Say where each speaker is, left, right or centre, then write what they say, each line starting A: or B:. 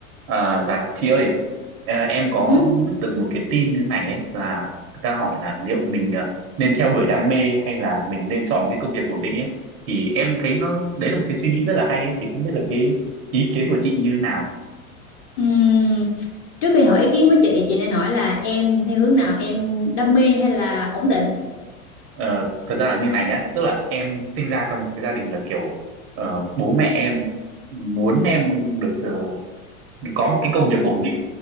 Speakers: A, on the right; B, on the left.
A: À, dạ chị ơi à, em có
B: Ừ.
A: biết được một cái tin như này ấy, là người ta hỏi là liệu mình à, nên theo đuổi đam mê hay là mình nên chọn cái công việc ổn định ấy thì em thấy nó đấy là một cái suy nghĩ rất là hay ấy thì không biết là cái ý kiến của chị như thế nào
B: Ừm, Trước khi hỏi ý kiến của chị, chị nên hỏi là em theo hướng nào, em đam mê hay là ổn định?
A: Ờ, thật ra là như này nhá tức là em sinh ra trong một cái gia đình là kiểu ờ, bố mẹ em muốn em được ờ, có một cái công
B: Ừ.
A: việc ổn định